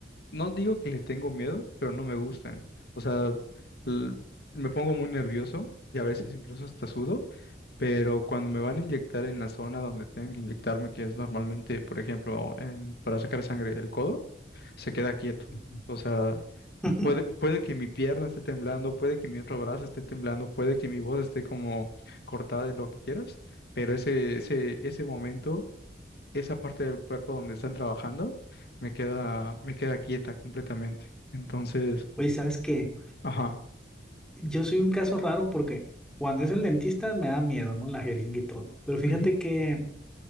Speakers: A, on the left; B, in the centre.
A: no digo que le tengo miedo, pero no me gustan. O sea, l- me pongo muy nervioso y a veces incluso hasta sudo, pero cuando me van a inyectar en la zona donde tienen que inyectarme, que es normalmente, por ejemplo, en- para sacar sangre el codo, se queda quieto.
B: ujú.
A: O sea,
B: <laughs>
A: puede, puede que mi pierna esté temblando, puede que mi otro brazo esté temblando, puede que mi voz esté como cortada de lo que quieras, pero ese, ese, ese momento esa parte del cuerpo donde están trabajando me queda, me queda quieta completamente. Entonces,
B: Oye, ¿sabes qué?
A: ajá.
B: Yo soy un caso raro porque cuando es el dentista me da miedo, ¿no? La jeringa y todo. Pero fíjate
A: ujú,
B: que